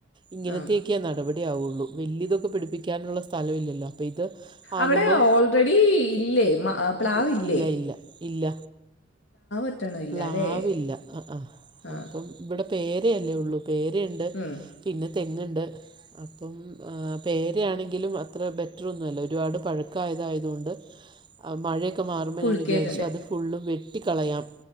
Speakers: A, on the right; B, on the left.
A: ഇങ്ങനത്തെയൊക്കെയേ
B: ആ
A: നടപടി ആവുള്ളൂ വലിയ ഇതൊക്കെ പിടിപ്പിക്കാനുള്ള സ്ഥലം ഇല്ലല്ലോ അപ്പൊ ഇത് ആകുമ്പം
B: അവിടെ ഓൾറെഡി ഇല്ലേ മാ പ്ലാവ്ല്ഇല്ലേ?
A: ഇ- ഇല്ല ഇല്ല ഇല്ല
B: ഒറ്റണം ഇല്ല
A: പ്ലാവില്ല
B: അല്ലേ
A: അ ആഹാ
B: ആ
A: അപ്പം ഇവിടെ പേരയല്ലേ ഉള്ളൂ പേരയുണ്ട്
B: ഉം.
A: പിന്നെ തെങ്ങുണ്ട് അപ്പം പേരയാണെങ്കിലും അത്ര ബെറ്ററൊന്നുമല്ല ഒരുപാട് പഴക്കമായതായതുകൊണ്ട് മഴയൊക്കെ മാറുമ്പോ
B: പുഴുക്കിയിട്ടുണ്ട്
A: ഞാൻ വിചാരിച്ചു അത് ഫുള്ള് വെട്ടിക്കളയാം